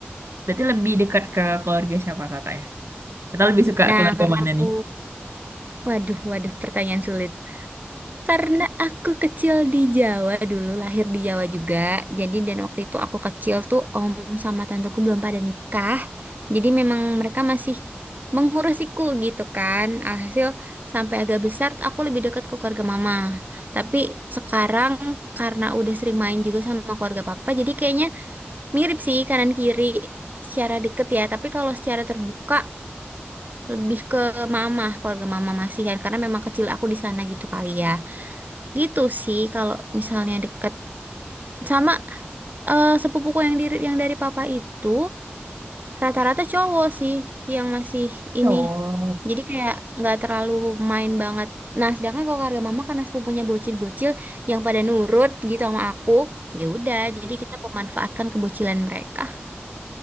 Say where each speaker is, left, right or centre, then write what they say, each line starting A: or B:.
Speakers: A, on the right; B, on the right.
A: berarti lebih dekat ke keluarga siapa kakak ya? Atau lebih suka
B: Nah,
A: keluarga
B: karena
A: mana
B: aku
A: nih?
B: Waduh, waduh, pertanyaan sulit. Karena aku kecil di Jawa dulu, lahir di Jawa juga. Jadi dan waktu itu aku kecil tuh om sama tanteku belum pada nikah. Jadi memang mereka masih mengurusiku gitu kan. Alhasil sampai agak besar tuh aku lebih dekat ke keluarga mama. Tapi sekarang karena udah sering main juga sama keluarga papa, jadi kayaknya mirip sih kanan kiri secara deket ya. Tapi kalau secara terbuka lebih ke mama keluarga mama Masihan karena memang kecil aku di sana gitu kali ya gitu sih kalau misalnya deket sama eh, sepupuku yang diri yang dari papa itu rata-rata cowok sih yang masih ini
A: Oh.
B: jadi kayak nggak terlalu main banget nah sedangkan kalau keluarga mama karena sepupunya bocil-bocil yang pada nurut gitu sama aku ya udah jadi kita memanfaatkan kebocilan mereka